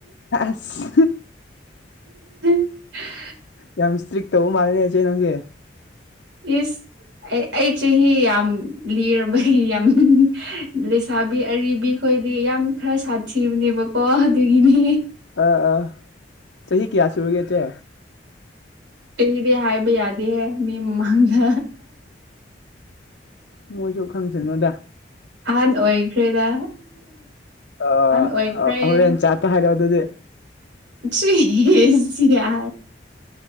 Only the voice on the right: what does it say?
<unintelligible>
ꯏꯁ ꯑꯩ ꯑꯩ ꯆꯍꯤ ꯌꯥꯝ ꯂꯤꯔꯕꯔꯕ ꯌꯥꯝ ꯂꯩꯁꯥꯕꯤ ꯑꯔꯤꯕꯤ ꯑꯩꯈꯣꯏꯗꯤ ꯌꯥꯝ ꯈꯔ ꯁꯥꯊꯤꯕꯅꯦꯕꯀꯣ ꯑꯗꯨꯒꯤꯅꯦ
ꯀꯗꯤ ꯍꯥꯏꯕ ꯌꯥꯗꯦꯍꯦ ꯃꯤ ꯃꯃꯥꯡꯗ
ꯑꯍꯥꯟ ꯑꯣꯏꯈ꯭ꯔꯦꯗ
ꯑꯣꯏꯈ꯭ꯔꯦ
ꯁꯁꯁꯤ ꯌꯥ